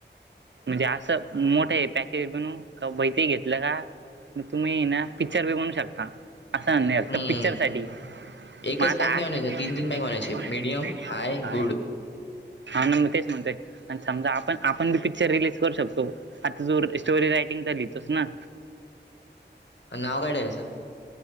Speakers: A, on the right; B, on the left.
A: म्हणजे असं मोठेये पॅक हिती घेतलं का मंग तुम्हीये नां पिक्चर बी बनवूं शकतां असं नाहीं फक्तं
B: हम्म
A: पिक्चर सांठी
B: एकच
A: मंग आंता
B: पॅक नाही
A: असं
B: बनवायचे
A: कायं
B: तीन तीन पॅक बनवायचे मीडियम,
A: पिडीयफ
B: हाय,
A: आहे
B: गुड.
A: हां नां मंग तेचं म्हणतंय आणि समजां आपणं आपणं बी पिक्चर रिलीज करूं शकतो आंता जो स्टोरी रायटिंग झालीं तसं नां
B: पणं अवघंड आहे असं